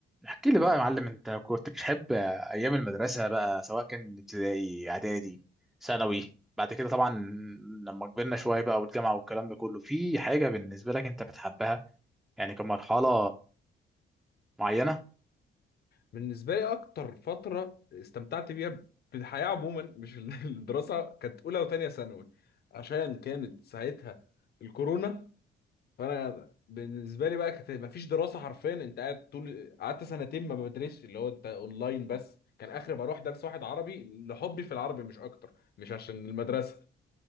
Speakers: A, in the centre; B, on the left.
A: احكي لي بقى يا معلم انت كنت بتحب ايام المدرسه بقى سواء كان ابتدائي اعدادي ثانوي بعد كده طبعا لما كبرنا شويه بقى والجامعه والكلام ده كله في حاجه بالنسبه لك انت بتحبها يعني كمرحله معينه
B: بالنسبة لي أكتر فترة استمتعت بيها في الحياة عموما مش ال- <laughs> الدراسة كانت أولى وتانية ثانوي عشان كانت ساعتها الكورونا فأنا بالنسبة لي بقى كانت مفيش دراسة حرفيا أنت قاعد طول قعدت سنتين ما بدرسش اللي هو أنت أونلاين بس كان آخر بروح درس واحد عربي لحبي في العربي مش أكتر مش عشان المدرسة